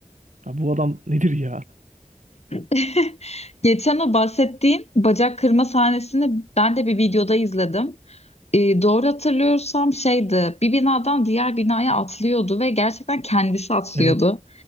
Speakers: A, on the right (about 75°); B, on the left (about 55°).
A: Ya bu adam nedir ya?
B: <laughs> Geçen o bahsettiğin bacak kırma sahnesini ben de bir videoda izledim. E, doğru hatırlıyorsam şeydi bir binadan diğer binaya atlıyordu ve gerçekten kendisi atlıyordu.
A: Evet,